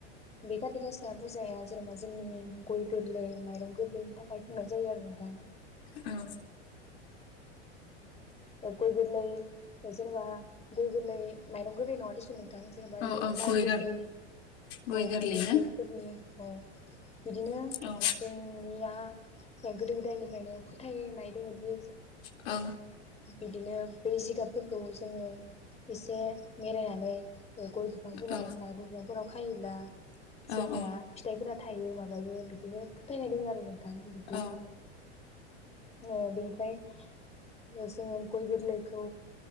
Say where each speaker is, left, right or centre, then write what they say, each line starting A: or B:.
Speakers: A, on the left; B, on the left.
A: बे खाथि गासा फुजाया जेनेबा जोंनि गय गोरलै माइरं गोरलैनि थाखाय खुंनाय जायो आरो ना नोंथां।
B: औ
A: ओ गय गोरलै जेनेबा गय गोरलै माइरं गोरलै नङा देसुन नों थां जेनेबा
B: औ
A: बै
B: औ
A: माइ
B: गय
A: गोरलै
B: गय
A: औ
B: गोरलै
A: माइ गोरलैफोरनि
B: ना
A: औ बिदिनो
B: औ
A: जोंनिया गोदो गोदायनिफ्रायनो फोथायनाय दोङो दि
B: औ
A: बिदिनो बै जिगाबफोरखौ जोङो एसे मेरायनानै गय बिफांफोराव
B: औ
A: नारिखल बिफांफोराव खायोब्ला
B: औ
A: जोंनिया
B: औ
A: फिथाइफोरा थायो माबायो बिदिनो फोथायनाय दङ आरो नों थां बिदि।
B: औ
A: ओ बेनिफ्राय जोङो गय गोरलैखौ